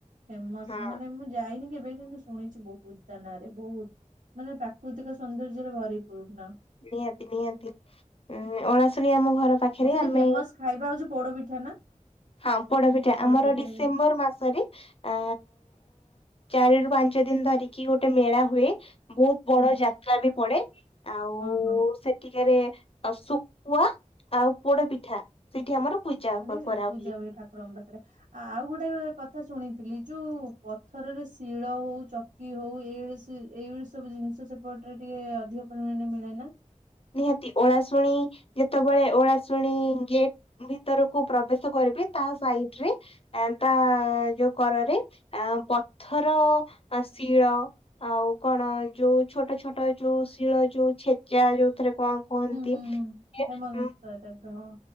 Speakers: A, on the right (about 80°); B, on the left (about 45°).
A: ଫେମସ
B: ହଁ
A: ମାନେ ମୁଁ ଯାଇନି କେବେ କିନ୍ତୁ ଶୁଣିଛି ବହୁତ ତା ନାରେ ବହୁତ, ମାନେ ପ୍ରାକୃତିକ ସୌନ୍ଦର୍ଯ୍ୟରେ ଭରିପୂର୍ଣ।
B: ନିହାତି, ନିହାତି ଉଁ ଓଳାଶୁଣୀ ଆମ ଘର ପାଖରେ
A: ଆଁ ସେଠି
B: ଆମେ
A: ଫେମସ ଖାଇବା ହଉଛି ପୋଡପିଠା ନା?
B: ହଁ ପୋଡପିଠା,
A: ପୋଡ
B: ଆମର
A: ପିଠା
B: ଡିସେମ୍ବର
A: ହୁଁ
B: ମାସରେ ଆ ଚାରିରୁୁ ପାଞ୍ଚ ଦିନ ଧରିକି ଗୋଟେ ମେଳା ହୁଏ। ବହୁତ
A: ହଁ
B: ବଡ ଯାତ ମେଳାବି ପଡେ ଆଉ
A: ହଁ
B: ସେ ଟିକାରେ ଆ ଶୁଖୁଆ ଆଉ ପୋଡ ପିଠା, ସେଇଠି ଆମର ପୂଜା
A: ସେଠି
B: ହ କରାହଉ
A: ପୂଜା ହୁଏ ଠାକୁରଙ୍କ ପାଖରେ। ଆଉ ଗୋଟେ ପାଥ ତା ଶୁଣିଥିଲି ଯୋଉ ପଥରରେ ଶିଳ ହଉ, ଚକି ହଉ ଏଇ ଏଇଳି ସବୁ ଜିନିଷ ସବ ଏପଟରେ ଟିକେ ଅଧିକ ପରିମାଣ ମିଳେ ନା?
B: ନିହାତି, ଓଳାଶୁଣି ଯେତେବେଳେ ଓଳାଶୁଣି ଗେଟ ମୁଁ ଭିତରକୁ ପ୍ରବେଶ କରିବି, ତା ସାଇଡି ରେ ଏଁ ତା ଯୋଉ କରରେ ଅ ପଥର ଅ ଶିଳ ଆଉ କଣ, ଯୋଉ ଛୋଟ, ଛୋଟ ଯୋଉ ଶିଳ ଯୋଉ ଛେଚା ଯୋଉଥିରେ କଣ କୁହନ୍ତି,
A: ହୁଁ ହୁଁ ହୁଁ
B: ସିଏ
A: ହେମଦସ୍ତା
B: ହୁଁ
A: ଟାଇପ ର ହଁ।